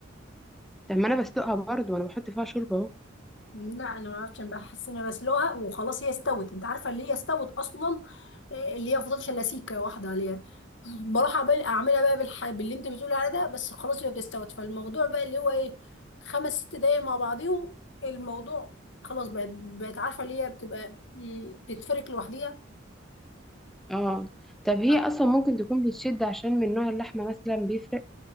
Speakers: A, in the centre; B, on the left (about 65°).
A: طب ما انا بسلقها برضه وانا بحط فيها شوربه اهو
B: لا انا ما اعرفش انا بحس ان انا بسلقها وخلاص هي استوت انت عارفه اللي هي استوت اصلا إيه، اللي هي فضلت لسيكه واحده عليها <laughs> بروح أعمل- اعملها بقى بالح... باللي انت بتقولي عليه ده بس خلاص هي بتستوت فالموضوع بقى اللي هو ايه خمس ست دقايق مع بعضيهم الموضوع خلاص بقت بقت عارفه اللي هي بتبقى مم، بتتفرك لوحديها
A: اه طب هي
B: ف-
A: اصلا ممكن تكون بتشد عشان من نوع اللحمه مثلا بيفرق